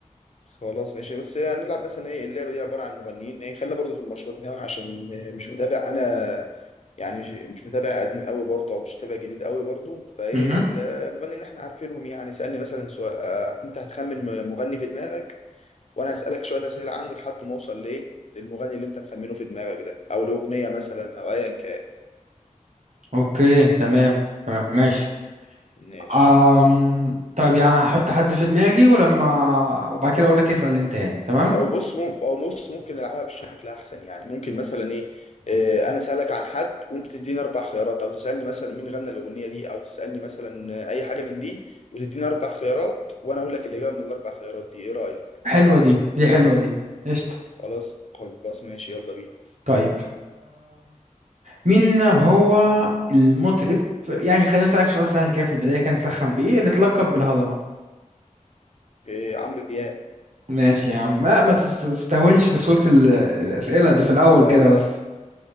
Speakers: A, on the left; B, on the right.
A: خلاص ماشي بس هنلعب مثلا ايه اللعبه دي عباره عن مغنيين ايه خلينا برضه في المشهورين قوي عشان مش متابع انا يعني مش مش متابع قديم قوي برضه او مش متابع جديد قوي برضه فايه
B: مهم.
A: المغنيين اللي احنا عارفينهم يعني اسالني مثلا سؤال اه، انت هتخمن مغني في دماغك وانا هسألك شوية أسئلة عنه لحد ما اوصل ليه للمغني اللي انت مخمنه في دماغك ده او الأغنية مثلا او ايا كان
B: اوكي تمام تمام ماشي
A: ماشي
B: أم... طيب يعني هحط حد في دماغي ولما وبعد كده اقولك اسأل انت يعني تمام
A: او بص مم... او بص ممكن نلعبها بشكل احسن يعني ممكن مثلا ايه آه، انا اسالك عن حد وانت تديني اربع خيارات او تسالني مثلا مين غنى الاغنيه دي او تسالني مثلا اي حاجه من دي وتديني اربع خيارات وانا اقول لك الاجابه من الاربع خيارات دي ايه رايك
B: حلوة دي دي حلوة دي قشطة
A: خلاص خلاص ماشي يلا بينا
B: طيب مين هو المطرب يعني خلينا أسألك سؤال سهل كده في البداية كان سخن بإيه اللي اتلقب بالهضبة
A: إيه عمرو دياب
B: ماشي يا عم ما, ما تس- تستهونش بسهولة ال- الأسئلة دي في الأول
A: لا
B: كده
A: لا
B: بس